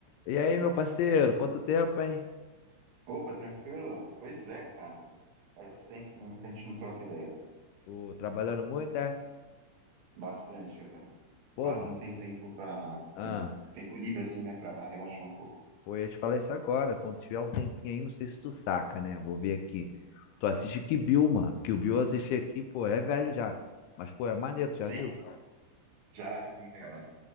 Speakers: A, on the left; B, on the right.
A: E aí, meu parceiro, quanto tempo, hein?
B: Opa, tranquilo? Pois é, cara. Faz tempo mesmo que a gente não troca ideia.
A: Pô, trabalhando muito, é?
B: Bastante, cara.
A: Pô,
B: Quase
A: mano,
B: não tem tempo pra.
A: ah,
B: Tem tempo livre, assim, né? Pra relaxar um pouco.
A: pô, eu ia te falar isso agora. Quando tiver um tempinho aí, não sei se tu saca, né? Vou ver aqui. Tu assiste Kill Bill, mano. Kill Bill eu assisti aqui, pô, é velho já. Mas, pô, é maneiro, tu
B: Sim,
A: já viu?
B: já, já vi, cara.